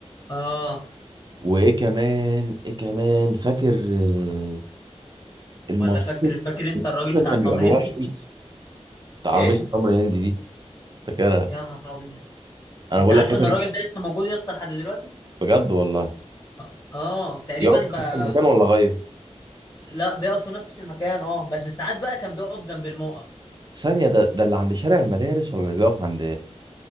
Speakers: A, on the left (about 25°); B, on the right (about 40°).
A: اه
B: وايه كمان ايه كمان فاكر آه، المصاصه
A: ولا فاكر فاكر انت
B: المصاصه
A: الراجل بتاع
B: اللي كان
A: التمر
B: بيبقى جواها
A: هندي
B: فلوس بتاع عربيه
A: ايه
B: تمر هندي دي فاكرها
A: يا نهار ابيض
B: انا
A: انت
B: بقول
A: عارف
B: لك فاكر
A: ان الراجل ده لسه موجود يا اسطى لحد دلوقتي
B: بجد والله
A: اه آه، تقريبا
B: بيقف في
A: بقى
B: نفس المكان ولا غير
A: لا بيقف في نفس المكان اه بس ساعات بقى كان بيقف جنب الموقف
B: ثانيه ده ده اللي عند شارع المدارس ولا اللي بيقف عند